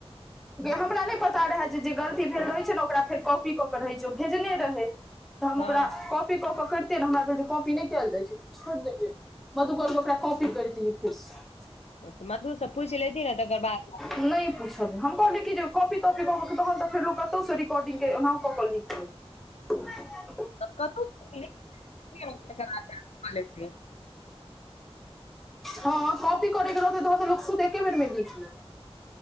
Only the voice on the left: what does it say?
हँ
ओ तू मधु से पुच लेति ने तकर बाद।
कतहु <unintelligible>